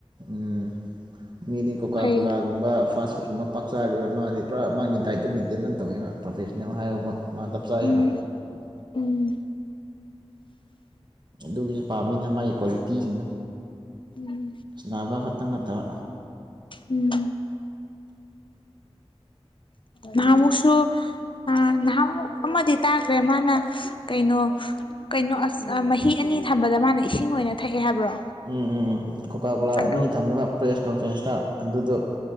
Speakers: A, on the right; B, on the left.
A: ꯎꯝ ꯃꯤꯗꯤ ꯀꯣꯀꯥ
B: ꯐꯩꯌꯦ
A: ꯀꯣꯂꯥꯒꯨꯝꯕ ꯐꯁ ꯀꯨꯝꯕ ꯄꯛ ꯆꯥꯗꯦꯕ ꯃꯥꯗꯤ ꯄꯨꯔꯥ ꯃꯥꯒꯤ ꯗꯥꯏꯠꯇꯣ ꯃꯦꯟꯇꯦꯟ ꯇꯧꯋꯤꯕ ꯄ꯭ꯔꯣꯐꯦꯁꯅꯦꯜ ꯍꯥꯏꯕꯀꯣ ꯃꯥ ꯆꯞ ꯆꯥꯏꯌꯦꯕ
B: ꯎꯝ ꯎꯝ
A: ꯑꯗꯨꯒꯤ ꯄꯥꯝꯃꯤꯗ ꯃꯥꯒꯤ ꯀ꯭ꯋꯥꯂꯤꯇꯤꯁꯤꯡꯗꯣ
B: ꯎꯝ
A: ꯅꯥꯕ ꯈ ꯈꯇꯪ ꯅꯠꯇꯕ
B: ꯎꯝ ꯅꯍꯟꯃꯨꯛꯁꯨ ꯑꯥ ꯅꯍꯟꯃꯨꯛ ꯑꯃꯗꯤ ꯇꯥꯈ꯭ꯔꯦ ꯃꯥꯅ ꯀꯩꯅꯣ ꯀꯩꯅꯣ ꯑꯁ ꯃꯍꯤ ꯑꯅꯤ ꯊꯝꯕꯗ ꯃꯥꯅ ꯏꯁꯤꯡ ꯑꯣꯏꯅ ꯊꯛꯑꯦ ꯍꯥꯏꯕ꯭ꯔꯣ
A: ꯎꯝ ꯎꯝ ꯎꯝ ꯀꯣꯀꯥ ꯀꯣꯂꯥ
B: ꯑꯗꯨ
A: ꯑꯅꯤ ꯊꯝꯃꯤꯕ ꯄ꯭ꯔꯦꯁ ꯀꯟꯐ꯭ꯔꯦꯟꯁꯇ ꯑꯗꯨꯗꯣ